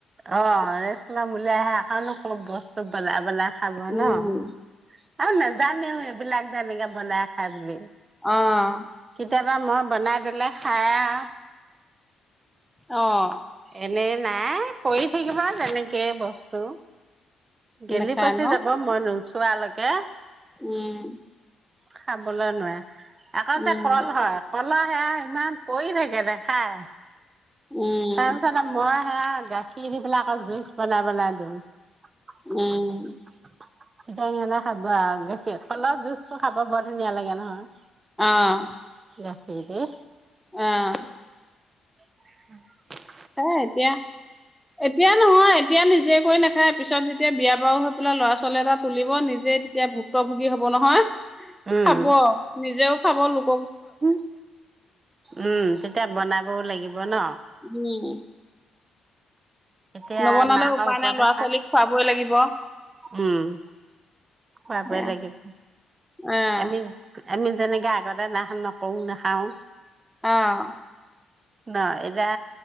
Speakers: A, on the right; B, in the centre.
A: অ' ৰেষ্ট ল'ম বুলি আহে অকণনো <unintelligible> বস্তু বনাই <unintelligible> খাব
B: উম
A: ন' আৰু নাজানেও এইবিলাক যে এনেকে বনাই খাই বুলি
B: অ'
A: কেতিয়াবা মই বনাই দিলে খাইয়ে আ
B: অ'
A: এনে নাই পৰি থাকিব তেনেকে বস্তু গেলি-পচি
B: নেখায় ন
A: যাব মই নো চোৱালৈকে
B: উম
A: খাবলৈ নোৱাৰে আকৌ
B: উম,
A: <unintelligible> কল হয় ক'লা সয়া ইমান পৰি থাকে নেখাই
B: উম,
A: তাৰপিছতে মই গাখীৰ দি পেলাই আকৌ জুচ বনাই বনাই দিওঁ <unintelligible>
B: উম,
A: খাবি বা গাখীৰ কলৰ জুচ খাব বৰ ধুনীয়া লাগে নহয়
B: অ'
A: গাখীৰ দি
B: অ'
A: <unintelligible>
B: এ এতিয়া এতিয়া নহয় এতিয়া নিজে কৰি নাখায় পিছত য তেতিয়া বিয়া বাৰু হৈ পেলাই ল'ৰা-ছোৱালী এটা তুলিব নিজে তেতিয়া ভুক্তভোগী হ'ব নহয়
A: উম
B: খাব নিজেও খাব লোক
A: উম উম তেতিয়া বনাবও লাগিব ন'
B: উম
A: এতিয়া
B: নবনালেও
A: মাকৰ
B: উপায়
A: ওপৰত
B: নাই ল'ৰা
A: খাক,
B: ছোৱালীক খুৱাবই লাগিব
A: উম খোৱাবই
B: সেয়া
A: লাগিব
B: অ',
A: আমি আমি যেনেকে আগতে নাহ নকৰো নাখাওঁ
B: অ',
A: ন' এতা